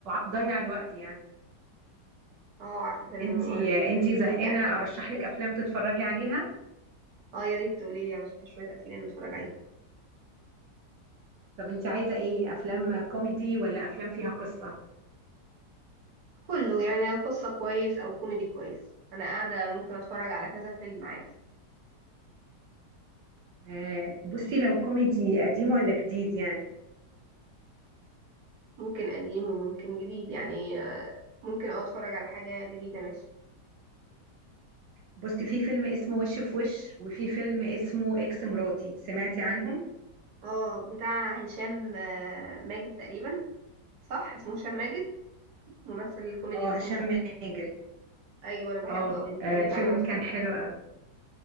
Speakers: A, on the right; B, on the right.
A: وضيع الوقت يعني
B: اه عارفة فيلم
A: انتي
B: الممر
A: آه، انتي
B: كان في
A: زهقانه
B: أحمد
A: ارشح لك
B: عز
A: افلام تتفرجي عليها
B: اه يا ريت تقوليلي على ش- شوية أفلام أتفرج عليها
A: طب انتي عايزه ايه افلام كوميدي ولا افلام فيها قصه
B: كله يعني لو قصة كويس أو كوميدي كويس أنا قاعدة ممكن أتفرج على كذا فيلم عادي
A: آه، بصي لو كوميدي قديم ولا جديد يعني
B: ممكن قديم وممكن جديد يعني آه، ممكن اه أتفرج على حاجة جديدة ماشي
A: بصي في فيلم اسمه وش في وش وفي فيلم اسمه اكس مراتي سمعتي عنهم
B: اه بتاع هشام آه، ماجد تقريبا صح اسمه هشام ماجد ممثل الكوميدي
A: اه
B: اللي اسمه
A: هشام
B: هشام
A: ماجد
B: ماجد أيوة أنا بحبه
A: اه
B: أوي ممكن
A: آه، الفيلم
B: فعلا أتفرج
A: كان حلو قوي